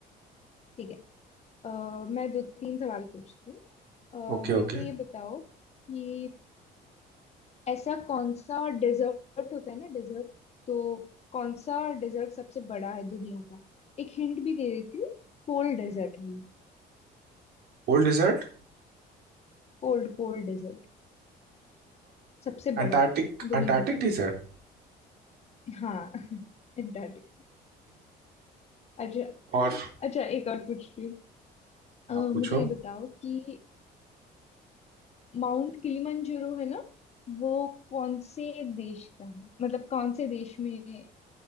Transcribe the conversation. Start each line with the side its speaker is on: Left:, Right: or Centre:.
Left: ठीक है अ, मैं दो तीन सवाल पूछती हूँ
Right: Okay
Left: अ, मेरे
Right: okay
Left: को ये बताओ कि ऐसा कौन सा डेजर्ट होता है ना डेजर्ट तो कौन सा डेजर्ट सबसे बड़ा है दुनिया का एक हिंट भी दे देती हूँ कोल्ड डेजर्ट है
Right: Cold desert
Left: कोल्ड कोल्ड डेजर्ट सबसे बड़ा
Right: Antarctic
Left: दुनिया
Right: Antarctic
Left: में
Right: desert
Left: हाँ <laughs> अंटार्कटिक अच्छा
Right: और
Left: अच्छा एक और पूछती हूँ
Right: आप
Left: अ,
Right: पूछो
Left: मुझे ये बताओ कि माउंट किलिमंजारो है ना वो कौन से देश का है मतलब कौन से देश में